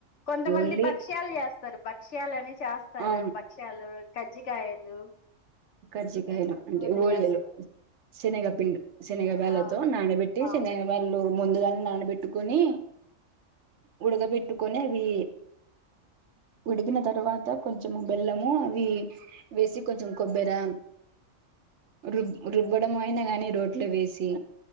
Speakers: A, on the left; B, on the right.
A: కొంతమంది
B: ఓన్లీ
A: బక్షాలు చేస్తారు బ భక్ష్యాలని చేస్తారు
B: ఆ
A: భక్ష్యాలు కజ్జికాయలు
B: కర్జికాయలు
A: కొంతమంది
B: అంటే ఓలిగలు
A: చేస్తారు
B: శనగపిండి శనగ బాళ్ళతో
A: ఆ
B: నాన్నబేట్టి
A: ఆ
B: శనగ బాల్లు ముందుగానే నానబెట్టుకొని ఉడకబెట్టుకొని అవి ఉడికిిన తర్వాత కొంచము బెల్లము అవి వేసి కొంచెం కొబ్బరి రుబ్ రుబ్బడం అయినా గాని రోట్లో వేసి